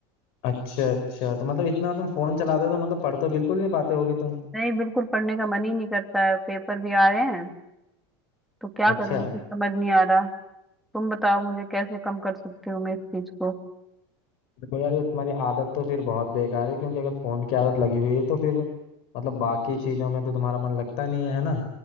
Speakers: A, on the left; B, in the centre.
A: अच्छा अच्छा तो मतलब इतना तुम फोन चलाते हो तो मतलब पढ़ तो बिल्कुल नहीं पाते होगे तुम
B: नहीं बिल्कुल पढ़ने का मन ही नहीं करता है पेपर भी आ रहे हैं तो क्या
A: अच्छा
B: करूँ कुछ समझ नहीं आ रहा तुम बताओ मुझे कैसे कम कर सकती हूँ मैं इस चीज को
A: देखो यार ये तुम्हारी आदत तो फिर बहुत बेकार है क्योंकि अगर फोन की आदत लगी हुई है तो फिर मतलब बाकी चीजों में तो तुम्हारा मन लगता नहीं है है ना